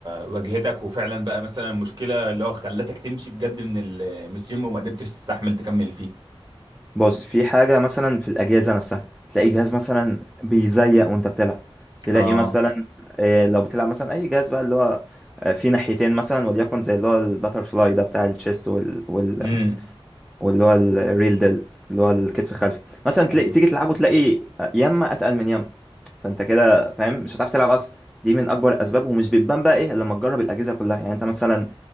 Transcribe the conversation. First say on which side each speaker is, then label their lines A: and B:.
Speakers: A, on the right; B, in the centre.
A: واجهتك وفعلا بقى مثلا مشكلة اللي هو خلتك تمشي بجد من ال- من الجيم وما قدرتش تستحمل تكمل فيه
B: بص في حاجة مثلا في الأجهزة نفسها تلاقي جهاز مثلا بيزيق وأنت بتلعب تلاقي
A: اه
B: مثلا آه، لو بتلعب مثلا أي جهاز بقى اللي هو آه، فيه ناحيتين مثلا وليكن زي اللي هو الباتر فلاي ده بتاع التشيست وال... وال...
A: امم
B: واللي هو الريل ديلت اللي هو الكتف الخلفي مثلا تلاقي
A: ايوه
B: تيجي تلعبه تلاقي يما أتقل من يما فأنت كده فاهم مش هتعرف تلعب أصلا دي من أكبر الأسباب ومش بتبان بقى إيه إلا لما تجرب الأجهزة كلها يعني أنت مثلا